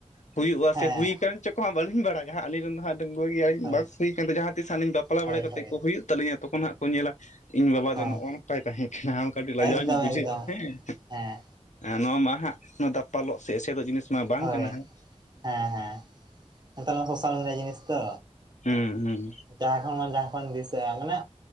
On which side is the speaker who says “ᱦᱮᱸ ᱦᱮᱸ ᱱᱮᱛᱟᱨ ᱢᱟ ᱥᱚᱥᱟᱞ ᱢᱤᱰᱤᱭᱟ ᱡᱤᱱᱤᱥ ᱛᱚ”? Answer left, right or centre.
Right